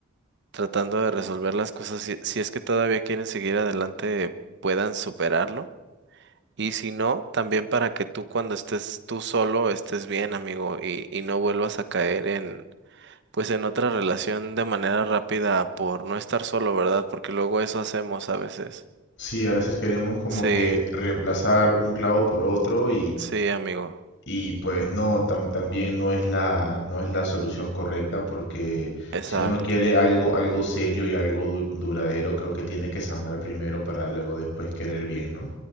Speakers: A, on the right; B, on the left.
A: tratando de resolver las cosas, si, si es que todavía quieren seguir adelante, puedan superarlo. Y si no, también para que tú cuando estés tú solo estés bien, amigo, y, y no vuelvas a caer en, pues en otra relación de manera rápida por no estar solo, ¿verdad? Porque luego eso hacemos a veces.
B: Sí, a veces queremos como
A: Sí,
B: que reemplazar un clavo por otro
A: sí, amigo,
B: Y pues no, tam- también no es la, no es la solución correcta porque
A: exacto.
B: si uno quiere algo, algo serio y algo du- duradero, creo que tiene que sanar primero para luego después querer bien, ¿no?